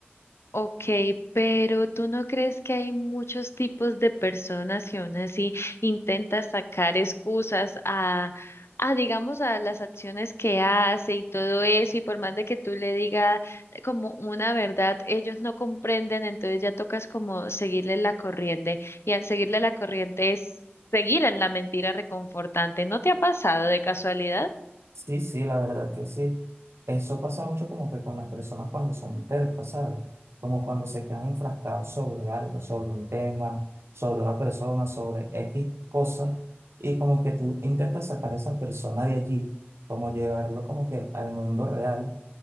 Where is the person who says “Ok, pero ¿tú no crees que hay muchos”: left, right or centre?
Left